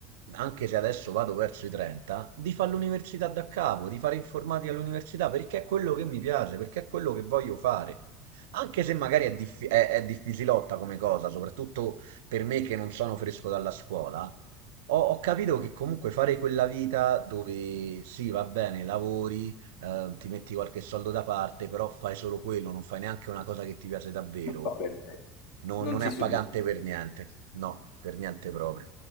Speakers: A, on the right; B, on the left.
A: anche se adesso vado verso i 30, di fare l'università da capo, di fare informatica all'università, perché è quello che mi piace, perché è quello che voglio fare. Anche se magari è, diffi- è è difficilotta come cosa, soprattutto per me che non sono fresco dalla scuola, ho, ho capito che comunque fare quella vita dove sì, va bene, lavori, eh, ti metti qualche soldo da parte, però fai solo quello, non fai neanche una cosa che ti piace davvero.
B: Non so perché.
A: No-
B: Non
A: non
B: ti
A: è appagante
B: soddisfa.
A: per niente. No, per niente proprio.